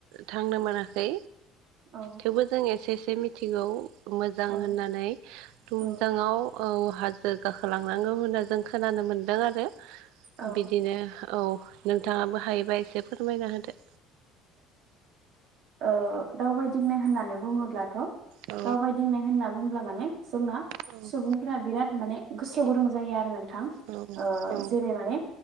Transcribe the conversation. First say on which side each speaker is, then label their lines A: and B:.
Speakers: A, on the right (about 80°); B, on the right (about 65°).
A: थांनो मोनाखै
B: औ
A: थेवबो जों एसे एसे मिथिगौ मोजां
B: औ
A: होननानै थुमजांङाव
B: औ
A: औ हाजो गाखोलांनांगौ होनना जों खोनानो मोन्दों आरो
B: औ
A: बिदिनो औ नोंथांङाबो हायोबा एसे फोरमायना होदो
B: ओ दावबायदिंनाय होननानै बुंङोब्लाथ'
A: औ
B: दावबायदिंनाय होनना बुंब्ला माने जोंना
A: औ
B: सुबुंफोरा बिराद माने गोसोआव गुदं जायो आरो नोंथां
A: औ
B: ओ जेरै माने